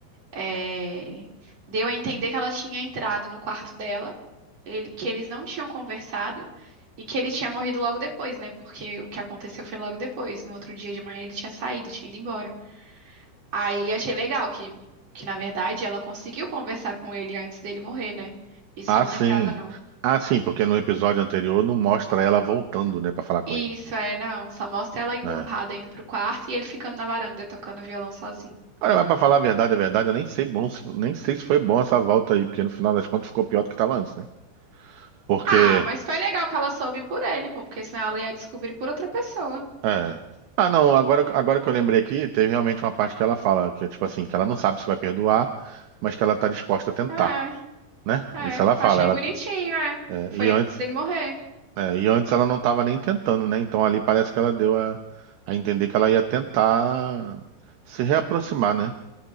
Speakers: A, on the right; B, on the right.
A: é, deu a entender que ela tinha entrado no quarto dela, ele- que eles não tinham conversado e que ele tinha morrido logo depois, né? Porque o que aconteceu foi logo depois. No outro dia de manhã ele tinha saído, tinha ido embora. Aí achei legal que, que na verdade, ela conseguiu conversar com ele antes dele morrer, né? Isso
B: Ah,
A: eu não
B: sim.
A: lembrava, não.
B: Ah, sim, porque no episódio anterior não mostra ela voltando, né, pra falar com
A: Isso,
B: ele.
A: é, não. Só mostra ela emburrada
B: né?
A: indo pro quarto e ele ficando na varanda tocando violão sozinho.
B: Olha, mas pra falar a verdade, a verdade, eu nem sei bom, se- nem sei se foi bom essa volta aí, porque no final das contas ficou pior do que tava antes, né? Porque,
A: Ah, mas foi legal que ela soube por ele, pô, porque senão ela ia descobrir por outra pessoa.
B: é. Ah, não, agora, agora que eu lembrei aqui, teve realmente uma parte que ela fala, que é tipo assim, que ela não sabe se vai perdoar, mas que ela tá disposta a tentar,
A: É,
B: né?
A: é.
B: Isso ela fala,
A: Achei
B: ela,
A: bonitinho,
B: tá,
A: é.
B: é,
A: Foi
B: e antes
A: antes dele morrer.
B: É, e antes ela não estava nem tentando, né? Então ali parece que ela deu a, a entender que ela ia tentar se reaproximar, né?